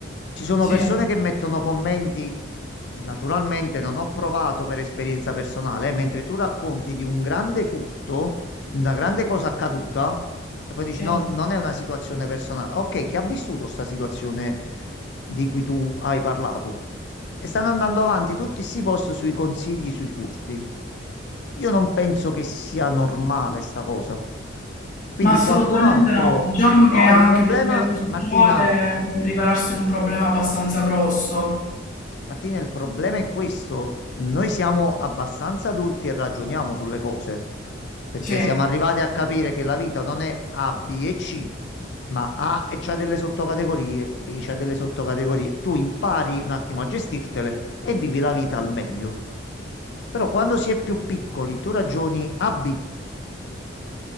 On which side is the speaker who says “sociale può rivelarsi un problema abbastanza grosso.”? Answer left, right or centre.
Left